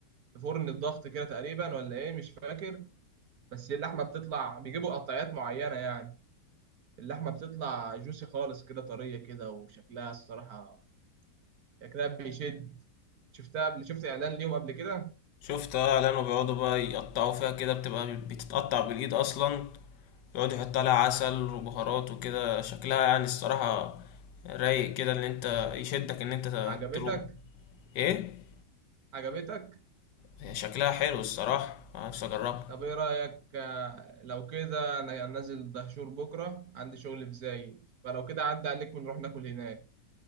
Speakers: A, on the right (about 60°); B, on the left (about 75°).
A: في فرن الضغط كده تقريبا ولا ايه مش فاكر بس اللحمه بتطلع بيجيبوا قطعيات معينه يعني اللحمه بتطلع جوسي خالص كده طريه كده وشكلها الصراحه شكلها بيشد شفتها قبل شفت اعلان ليهم قبل كده
B: شفت اه لانه بيقعدوا بقى يقطعوا فيها كده بتبقى بتتقطع بالايد اصلا يقعد يحط عليها عسل وبهارات وكده شكلها يعني الصراحة رايق كده ان انت يشدك ان انت
A: عجبتك
B: تروح ايه
A: عجبتك
B: هي شكلها حلو الصراحة أنا نفسي اجربها
A: طب ايه رأيك آه، لو كده انا نازل دهشور بكرة عندي شغل في زايد فلو كده عدى عليك ونروح ناكل هناك